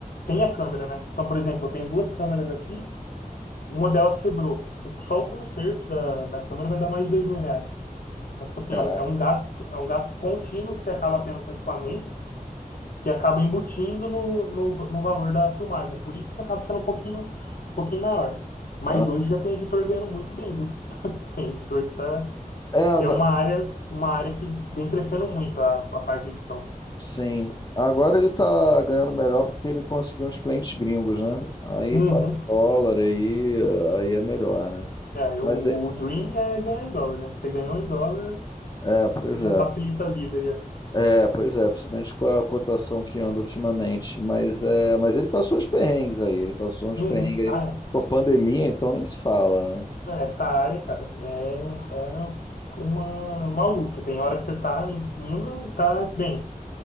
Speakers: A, on the left; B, on the left.
A: tem a câmera, né? Então, por exemplo, eu tenho duas câmeras aqui Uma delas quebrou. O- Só o conserto da, da câmera vai dar mais de dois mil reais. Então, tipo assim,
B: caraca.
A: é um, é um gasto, é um gasto contínuo que você acaba tendo com o equipamento, que acaba embutindo no, no, no valor da filmagem. Por isso que acaba sendo um pouquinho, um pouquinho maior. Mas
B: hã?
A: hoje já tem editor ganhando muito bem, viu? Tem editor que tá.
B: É,
A: É porque
B: n-
A: é uma área, uma área que vem crescendo muito a, a parte de edição.
B: sim. Agora ele tá ganhando melhor porque ele conseguiu uns clientes gringos, né? Aí
A: Uhum.
B: paga em dólar, aí, aí é melhor, né?
A: É, eu-
B: Mas, é,
A: o Dream é ganhar em dólar, né? Você ganhou em dólar,
B: é, pois
A: já
B: é.
A: facilita a vida. Já.
B: É, pois é, principalmente com a cotação que anda ultimamente. Mas, é, mas ele passou uns perrengues aí, ele passou uns
A: Uhum.
B: perrengues
A: Ah,
B: aí.
A: é.
B: Com a pandemia, então nem se fala, né?
A: É, Essa área, cara, é, é uma, uma luta. Tem hora que você tá em cima e tá bem.